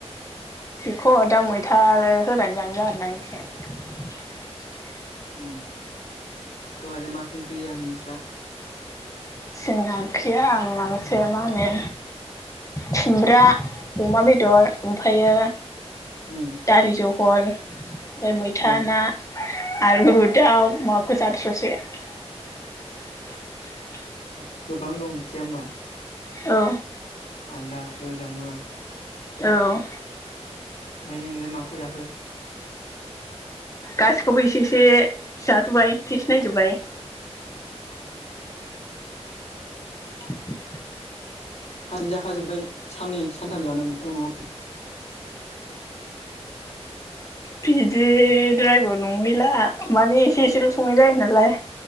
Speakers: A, on the left; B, on the left.
A: बेखौ दा मैथा होनानै जानाय जागोनदां एसे।
B: उम दहायलाय माथो ओंख्रि जायामोन नोंस्रा?
A: जोंना ओंख्रिया माबासो मा होनो खुमब्रा अमा बेदर ओमफायो
B: उम
A: दालि जहल ओमफ्राय मैथा
B: औ
A: ना आलु दाउ माखो जाथ्र'सो। <inaudible>
B: हाब गोबां दं ओंख्रिया होमबा?
A: औ।
B: आलदा जुलदा नङा।
A: औ।
B: ओमफ्राय नोंलाय माखौ जाहो।
A: गासिखौबो एसे इसे जाजोब्बाय थेसनायजोबबाय। <inaudible>
B: सानसेनो जाखाजोब्बाय साननै सानथाम जानांगौखौ नङाहोमबा। <inaudible>
A: बिदिद्रायबो नंहैला माने एसे एसेल' संनाय जायो नालाय।